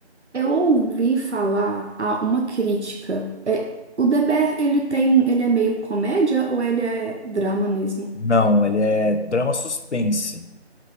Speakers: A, on the right; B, on the left.
A: eu ouvi falar a uma crítica. É, o Deber, ele tem, ele é meio comédia ou ele é drama mesmo?
B: Não, ele é drama suspense.